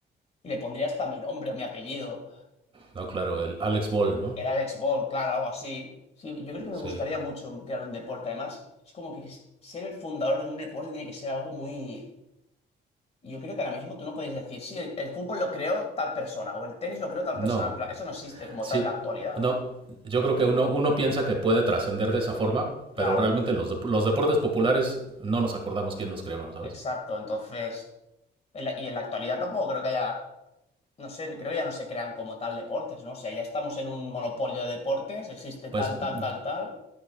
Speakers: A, on the left; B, on the right.
A: Y le pondría hasta mi nombre o mi apellido.
B: No, claro, el Alex Ball, ¿no?
A: El Alex Ball, claro, algo así. Sí, yo creo que me
B: Sí.
A: gustaría mucho crear un deporte. Además, es como que ser el fundador de un deporte tiene que ser algo muy... Yo creo que ahora mismo tú no puedes decir, sí, el, el fútbol lo creó tal persona o el tenis lo creó tal
B: No.
A: persona. En plan, Eso no existe como
B: Sí,
A: tal en la actualidad,
B: no,
A: ¿no?
B: yo creo que uno, uno piensa que puede trascender de esa forma,
A: Claro,
B: pero realmente los, dep- los deportes populares no nos acordamos quién los creó, ¿sabes?
A: exacto. Entonces, en la- y en la actualidad tampoco creo que haya, no sé, creo que ya no se crean como tal deportes, ¿no? O sea, ya estamos en un monopolio de deportes, existe tal,
B: Pues
A: tal,
B: m-
A: tal, tal.